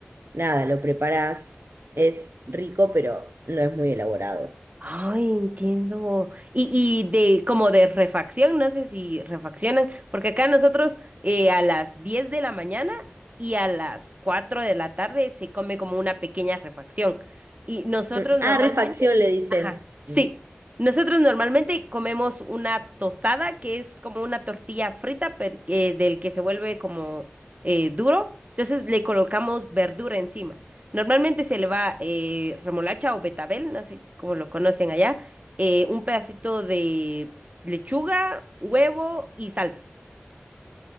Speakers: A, on the right; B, on the right.
A: nada, lo preparás, es rico, pero no es muy elaborado.
B: Ay, entiendo. Y, y de como de refacción, no sé si refaccionan, porque acá nosotros eh, a las 10 de la mañana y a las 4 de la tarde se come como una pequeña refacción. Y nosotros
A: Mm,
B: normalmente,
A: Ah, refacción le dicen.
B: ajá, sí,
A: Mm.
B: nosotros normalmente comemos una tostada que es como una tortilla frita per- eh, del que se vuelve como eh, duro. Entonces le colocamos verdura encima. Normalmente se le va eh, remolacha o betabel, no sé cómo lo conocen allá, eh, un pedacito de lechuga, huevo y salsa.